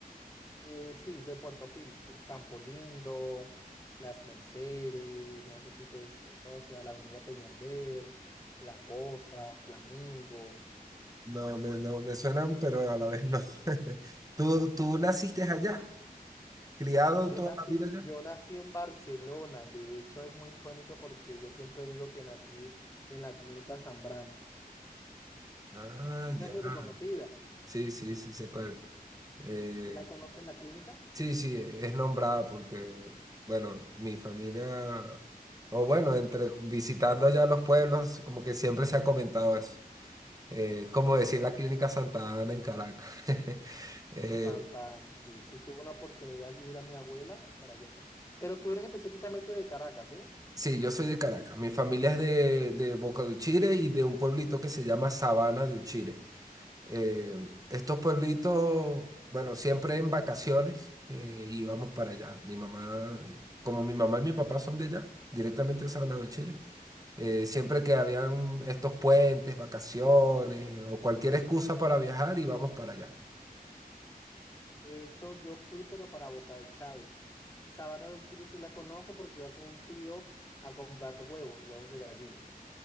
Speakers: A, on the left (about 20°); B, on the right (about 25°).
A: eh, sí, de Puerto Píritu. Campo Lindo, Las Mercedes, no sé si te es- asocia, la Avenida Peñalver, La Poza, Flamingo.
B: No me, no me suenan, pero a la vez no. <laughs> ¿Tú, tú naciste allá? ¿Criado
A: Yo
B: toda
A: nací,
B: la vida allá?
A: yo nací en Barcelona, de hecho es muy icónico porque yo siempre digo que nací en la clínica Zambrano.
B: Ah,
A: Ella
B: ya.
A: es muy reconocida.
B: Sí, sí, sí, sé cuál. es. Eh,
A: Si la conoce en la clínica?
B: sí, sí, es nombrada porque, bueno, mi familia, o bueno, entre visitando allá los pueblos, como que siempre se ha comentado eso. Eh, es como decir la Clínica Santa Ana en Caracas. <laughs> Eh,
A: A Santa Ana, sí. Sí tuve una oportunidad de ir a mi abuela para allá. Pero tú eres específicamente de Caracas, ¿sí?
B: sí, yo soy de Caracas. Mi familia es de, de Boca de Uchire y de un pueblito que se llama Sabana de Uchire. Eh, estos pueblitos, bueno, siempre en vacaciones eh, íbamos para allá. Mi mamá, como mi mamá y mi papá son de allá, directamente de Salvador, Chile, eh, siempre que habían estos puentes, vacaciones o cualquier excusa para viajar, íbamos para allá.
A: De hecho, yo fui, pero para Boca de Chávez. Y Sabana de Uchiri sí la conozco porque iba con un tío a comprar huevos, huevos de gallina.